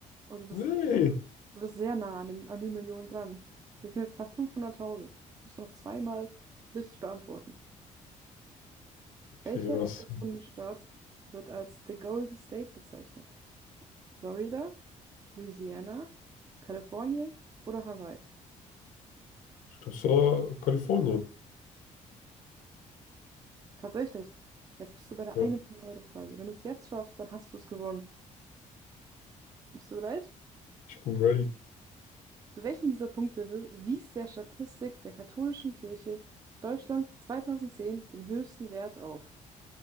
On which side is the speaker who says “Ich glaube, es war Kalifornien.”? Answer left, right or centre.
Left